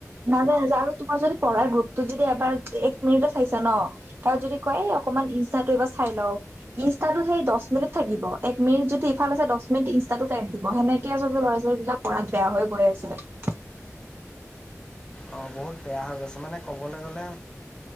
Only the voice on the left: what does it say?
অ বহুত বেয়া হৈ গৈছে মানে ক'বলৈ গ'লে